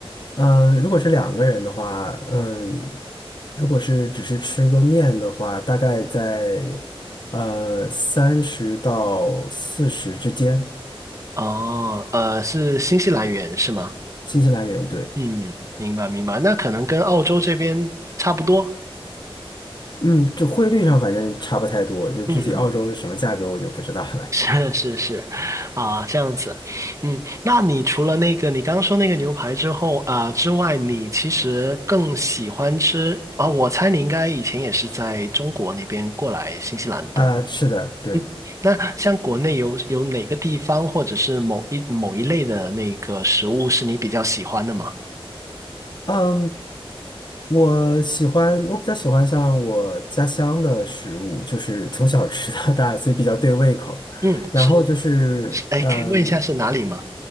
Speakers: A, on the left; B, on the right.
A: 嗯，如果是两个人的话，嗯，如果是只是吃个面的话，大概在呃三十到四十之间，
B: 哦，呃，是新西兰元是吗？
A: 新西兰元对，
B: 嗯，明白明白。那可能跟澳洲这边差不多。
A: 嗯，就汇率上反正差不太多，就具体澳洲是什么价格我就不知道了。
B: 嗯。<laughs> 是是是，啊，这样子，嗯，那你除了那个你刚刚说那个牛排之后啊之外，你其实更喜欢吃啊？我猜你应该以前也是在中国那边过来新西兰，
A: <laughs>
B: 对吗？
A: 啊，是的，对。
B: 嗯，那像国内有有哪个地方或者是某一某一类的那个食物是你比较喜欢的吗？
A: 嗯，我喜欢，我比较喜欢像我家乡的食物，就是从小吃到大，所以比较对胃口。
B: 嗯，
A: 然后就是，
B: 是，是哎，
A: 嗯，
B: 可以问一下是哪里吗？